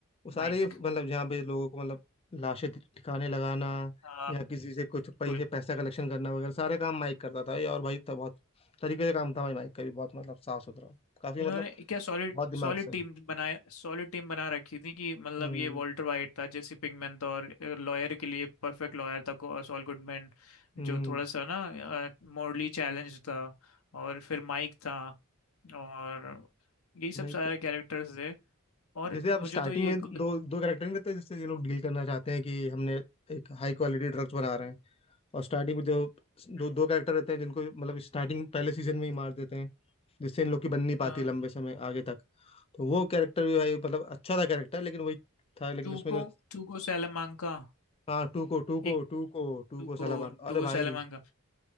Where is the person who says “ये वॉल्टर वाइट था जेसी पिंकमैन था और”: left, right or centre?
Left